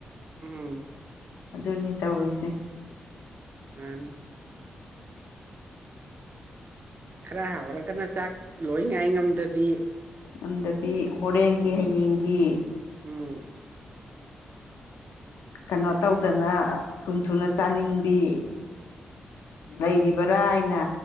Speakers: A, on the right; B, on the left.
A: ꯎꯝ
B: ꯑꯗꯨꯅꯤ ꯇꯧꯔꯤꯁꯦ
A: ꯃꯥꯥꯟ ꯈꯔ ꯍꯥꯎꯔꯒꯅ ꯆꯥꯛ ꯂꯣꯏ ꯉꯥꯏ ꯉꯝꯗꯕꯤ
B: ꯂꯝꯗꯕꯤ ꯍꯣꯔꯦꯟꯒꯤ
A: ꯎꯝ
B: ꯍꯌꯦꯡꯒꯤ
A: ꯎꯝ
B: ꯀꯩꯅꯣ ꯇꯧꯗꯅ ꯊꯨ ꯊꯨꯅ ꯆꯥꯅꯤꯡꯕꯤ ꯂꯩꯔꯤꯕ꯭ꯔꯥ ꯑꯩꯅ